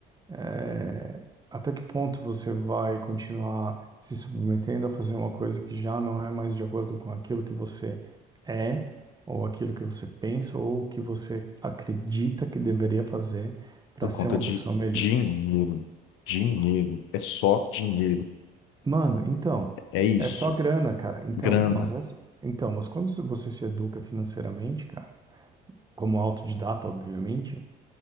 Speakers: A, on the right (about 20°); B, on the left (about 75°).
A: É, até que ponto você vai continuar se submetendo a fazer uma coisa que já não é mais de acordo com aquilo que você é, ou aquilo que você pensa, ou o que você acredita que deveria fazer para
B: por conta
A: ser uma
B: de
A: pessoa melhor?
B: dinheiro. Dinheiro, é só dinheiro,
A: Mano, então,
B: é isso.
A: é só grana, cara. Então,
B: Grana.
A: mas essa... então, mas quando você se educa financeiramente, cara, como autodidata, obviamente,